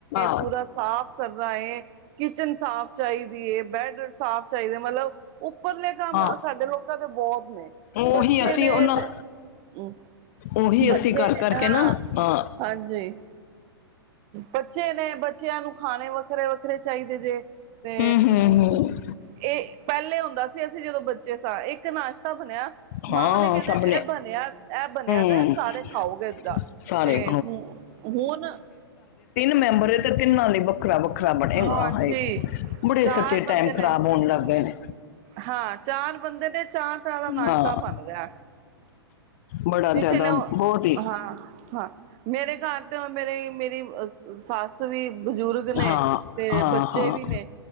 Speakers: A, on the left; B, on the right.
A: ਹਾਂ
B: ਪੂਰਾ ਸਾਫ਼ ਕਰਨਾ ਹੈ ਕਿਚਨ ਸਾਫ਼ ਚਾਹੀਦੀ ਹੈ ਬੈਡ ਸਾਫ਼ ਚਾਹੀਦਾ। ਮਤਲਬ ਉੱਪਰਲੇ ਕੰਮ
A: ਹਾਂ
B: ਸਾਡੇ ਲੋਕਾਂ ਦੇ ਬਹੁਤ ਨੇ
A: ਉਹੀ
B: ਬੱਚੇ
A: ਅਸੀਂ
B: ਨੇ,
A: ਉਹਨਾਂ
B: ਹੂੰ,
A: ਉਹੀ
B: ਬੱਚੇ
A: ਅਸੀਂ ਕਰ
B: ਨੇ
A: ਕਰਕੇ
B: ਹਾਂ
A: ਨਾ ਹਾਂ
B: ਹਾਂਜੀ, ਬੱਚੇ ਨੇ ਬੱਚਿਆਂ ਨੂੰ ਖਾਣੇ ਵੱਖਰੇ-ਵੱਖਰੇ ਚਾਹੀਦੇ ਜੇ ਤੇ
A: ਹੂੰ ਹੂੰ ਹੂੰ
B: ਇਹ ਪਹਿਲੇ ਹੁੰਦਾ ਸੀ ਅਸੀਂ ਜਦੋਂ ਬੱਚੇ ਸ ਇੱਕ ਨਾਸ਼, ਤਾ ਬਣਿਆ
A: ਹਾਂ
B: ਮਾਵਾਂ ਨੇ ਕਹਿਣਾ
A: ਸਭ
B: ਇਹ ਬਣਿਆ ਇਹ ਬਣਿਆ। ਦਾ
A: <unintelligible> ਤਿੰਨ
B: ਸਾਰੇ ਖਾਓਗੇ ਏਦਾਂ ਤੇ ਹੁ ਹੁਣ
A: ਮੈਂਬਰ ਏ ਤੇ ਤਿੰਨਾਂ ਲਈ ਵੱਖਰਾ-ਵੱਖਰਾ, ਵੱਖਰਾ ਬਣੇਗਾ
B: ਹਾਂਜੀ
A: ਹਾਏ ਬੜੇ
B: ਚਾਰ
A: ਸੱਚੇ
B: ਬੰਦੇ
A: ਟਾਈਮ
B: ਨੇ
A: ਖ਼ਰਾਬ ਹੋਣ ਲੱਗ ਗਏ ਨੇ,
B: ਹਾਂ ਚਾਰ ਬੰਦੇ ਨੇ ਚਾਰ ਤਰਾਂ ਦਾ ਨਾਸ਼ਤਾ
A: ਹਾਂ
B: ਬਣਦਾ।
A: ਬੜਾ
B: ਕਿਸੀ
A: ਜ਼ਿਆਦਾ
B: ਨੇ
A: ਬਹੁਤ ਹੀ
B: ਹਾਂ-ਹਾਂ, ਮੇਰੇ ਘਰ ਤੇ ਉਹ ਮੇਰੇ ਮੇਰੀ ਸੱਸ ਵੀ, ਬਜ਼ੁਰਗ ਨੇ
A: ਹਾਂ
B: ਤੇ
A: ਹਾਂ
B: ਬੱਚੇ
A: ਹਾਂ
B: ਵੀ ਨੇ,